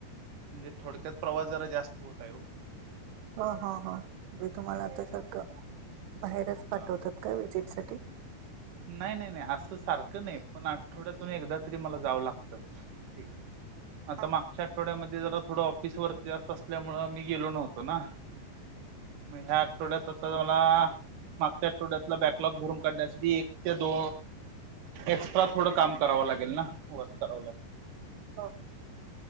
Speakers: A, on the right (about 50°); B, on the right (about 85°).
A: म्हणजे थोडक्यात प्रवास जरा जास्त होत आहे ओ
B: हो हो हो म्हणजे तुम्हाला आता सारखं बाहेरच पाठवतात
A: हा
B: का व्हिजिटसाठी
A: नाही नाही नाही असं सारखं नाही पण आठवड्यातून एकदा तरी मला जावं लागतच. फिक्स आता
B: हा
A: मागच्या आठ आठवड्यामध्ये जरा थोडं ऑफिस वर्क जास्त असल्यामुळ मी गेलो नव्हतो ना मग ह्या आठवड्यात आता मला मागच्या आठवड्यातला बॅकलॉग भरून काढण्यासाठी एक ते दो एक्स्ट्रा थोडं काम करावं लागेल ना वर्क करावं लागेल.
B: हो.